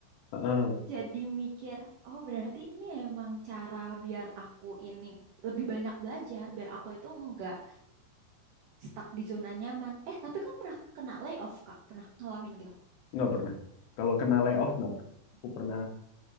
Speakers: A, on the left (about 80°); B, on the right (about 70°).
A: heeh,
B: jadi mikir, oh berarti ini emang cara biar aku ini lebih banyak belajar, biar aku itu nggak stuck di zona nyaman. Eh, tapi kamu pernah kena layoff, Kak? Pernah ngalamin gitu?
A: nggak pernah kalau kena layoff nggak pernah aku pernah